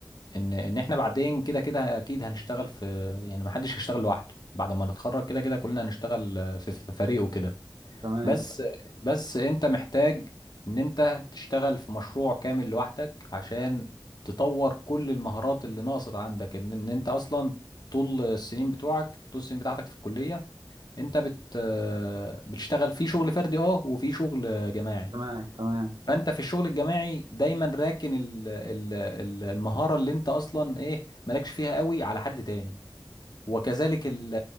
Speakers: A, on the left; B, on the right.
A: ان ان احنا بعدين كده كده اكيد هنشتغل في يعني ما حدش هيشتغل لوحده بعد ما نتخرج كده كده كلنا هنشتغل في في فريق وكده
B: تمام
A: بس بس انت محتاج ان انت تشتغل في مشروع كامل لوحدك عشان تطور كل المهارات اللي ناقصت عندك ان ان انت اصلا طول السنين بتوعك طول السنين بتاعتك في الكلية انت بت بتشتغل في شغل فردي اه وفي شغل جماعي
B: اجتماعي تمام
A: فانت في الشغل الجماعي دايما راكن ال ال ال المهارة اللي انت اصلا ايه مالكش فيها قوي على حد تاني وكذلك ال-